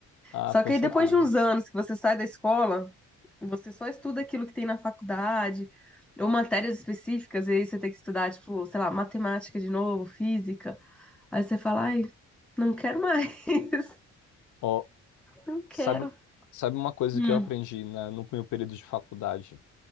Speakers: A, on the left; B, in the centre.
A: Ah,
B: Só
A: com
B: que
A: certeza.
B: aí depois de uns anos que você sai da escola, você só estuda aquilo que tem na faculdade, ou matérias específicas, e aí você tem que estudar, tipo, sei lá, matemática de novo, física. Aí você fala, ai, não quero mais, <laughs>
A: Ó,
B: não quero.
A: sabe, sabe uma coisa
B: Hum,
A: que eu aprendi na, no meu período de faculdade?